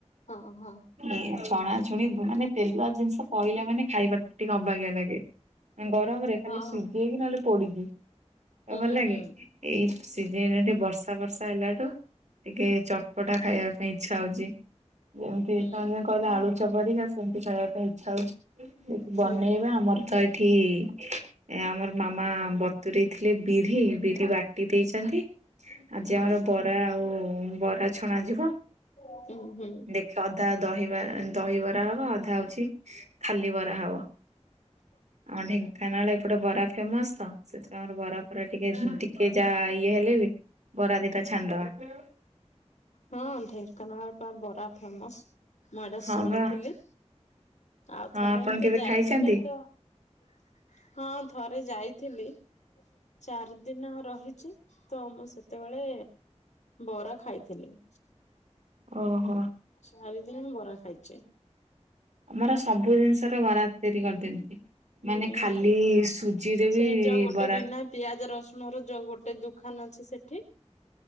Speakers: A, on the left; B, on the right.
A: ହଁ ହଁ
B: ଇ ଛଣାଛଣି ମାନେ ତେଲୁଆ ଜିନିଷ ପହିଲା ମାନେ ଖାଇବାକୁ ଟିକେ ଅବାଗିଆ ଲାଗେ, ଗରମରେ ଖାଲି
A: ହଁ
B: ସି ଜେଇକି ନହେଲେ ପୋଡ଼ିକି ତ
A: ହୁଁ
B: ଭଲ
A: ହୁଁ
B: ଲାଗେ।
A: ହୁଁ
B: ଏଇ ସିଜନ ଟେ ବର୍ଷା ବର୍ଷା ହେଲାଠୁ ଟିକେ ଚଟପଟା ଖାଇବା ପାଇଁ ଇଚ୍ଛା ହଉଛି। ଯେମତି
A: ହୁଁ।
B: ତମେ କହିଲେ ଆଳୁ ଚକଟିକା ସେମିତି ଖାଇବା ପାଇଁ ଇଚ୍ଛା ହଉଛି। ବନେଇବା
A: ହଁ
B: ଆମର ତ ଏଠି ଏ ଆମର ମାମା ବତୁରେଇ ଥିଲେ ବିରି, ବିରି ବାଟି ଦେଇଛନ୍ତି। ଆଜି
A: ହଁ
B: ଆମର ବରା ଆଉ ବରା ଛଣା ଯିବ।
A: ହୁଁ ହୁଁ
B: ଦେଖେ ଅଧା ଦହିବା ଦହିବରା ହବ ଅଧା ହଉଛି ଖାଲି ବରା ହବ, ଆମ ଢେଙ୍କାନାଳ ଏପଟେ ବରା ଫେମସ ତ ସେଥିପାଇଁ ଆମର ବରା ଫରା ଟିକେ କେ ଯା ଇଏ ହେଲେ ବି ବରା ଦିଟା ଛାଣିଦବା।
A: ହଁ, ଢେଙ୍କାନାଳ ବା ବରା ଫେମସ ମୁଁ ଏଇଟା
B: ହଁ
A: ଶୁଣିଥିଲି।
B: ପରା
A: ଆଉ ଥରେ
B: ହଁ ଆପଣ
A: ଏମିତି
B: କେବେ
A: ଯାଇଥିଲି
B: ଖାଇଛନ୍ତି?
A: ତ ହଁ, ଥରେ ଯାଇଥିଲି ଚାରି ଦିନ ରହିଛି ତ ମୁଁ ସେତେବେଳେ ବରା ଖାଇଥିଲି।
B: ଓହୋ।
A: ଚାରି ଦିନ ବରା ଖାଇଛି।
B: ଆମର ସବୁ ଜିନିଷରେ ବରା। ତିଆରି କରିଦିଅନ୍ତି, ମାନେ
A: ହୁଁ।
B: ଖାଲି ସୁଜିରେ
A: ସେ
B: ବି
A: ଯୋଉ ଗୋଟେ
B: ବରା
A: ବିନା ପିଆଜ, ରସୁଣ ର ଯୋଉ ଗୋଟେ ଦୁକାନ ଅଛି ସେଠି।